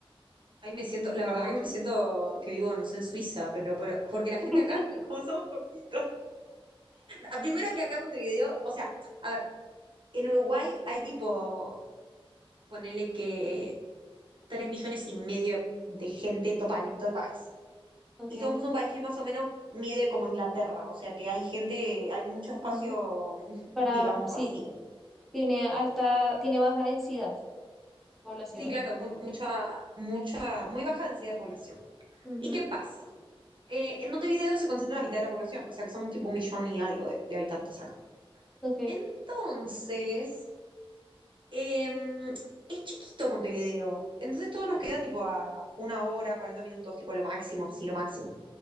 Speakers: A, on the right; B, in the centre.
A: Ahí me siento, la verdad que me siento que vivo, no sé, en Suiza, pero, pero porque la gente
B: <laughs>
A: acá, <laughs> como somos poquitos. Ah, Primero que acá en Montevideo, o sea, a ver, en Uruguay hay tipo, ponele que 3 millones y medio de gente en total, en todo el país.
B: Ok.
A: Y somos un país que más o menos mide como Inglaterra, o sea que hay gente, hay mucho espacio,
B: ujú.
A: <laughs>
B: Para,
A: digamos,
B: sí.
A: vacío.
B: Tiene alta, tiene baja densidad poblacional.
A: Sí, claro, muy, mucha, mucha, muy baja densidad de población.
B: Ujú,
A: ¿Y qué pasa? Eh, en Montevideo se concentra la mitad de la población, o sea que somos tipo un millón y algo de, de habitantes acá.
B: Ok.
A: Entonces, em, es chiquito Montevideo, entonces todo nos queda tipo a una hora, 40 minutos, tipo lo máximo, así lo máximo.